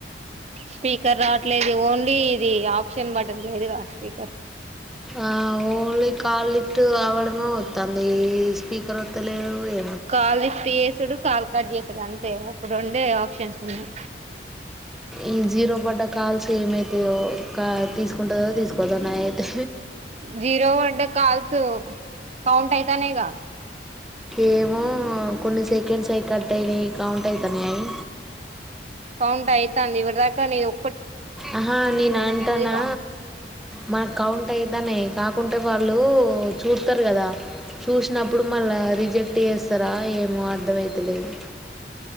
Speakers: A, on the right; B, in the centre.
A: స్పీకర్ రావట్లేదు ఓన్లీ ఇది ఆప్షన్ బటన్ లేదుగా స్పీకర్
B: ఆ ఓన్లీ కాల్ లిఫ్ట్ అవడమే వస్తుంది ఈ స్పీకర్ వస్తలేదు ఏ
A: కాల్ లిఫ్ట్ చేసాడు కాల్ కట్ చేసాడు అంతే ఒక రెండే ఆప్షన్స్ ఉన్నాయి
B: ఈ జీరో పడ్డ కాల్స్ ఏమైతేయో కా తీసుకుంటుందో తీసుకదాన్నా అయితే
A: జీరో పడ్డ కాల్స్ కౌంట్ అవుతున్నైగా
B: ఏమో కొన్ని సెకండ్స్ అవి కట్ అయినాయి కౌంట్ అవుతాన్నా అవి
A: కౌంట్ అయితంది ఇప్పటి దాకా నువ్వు
B: ఆహా నేను అంటానా
A: కౌంట్
B: మా కౌ అ అయితానే కాకుంటే వాళ్ళు చూతారు కదా చూసినప్పుడు మళ్ళా రిజెక్ట్ చేస్తారా ఏమో అర్థమవుతలేదు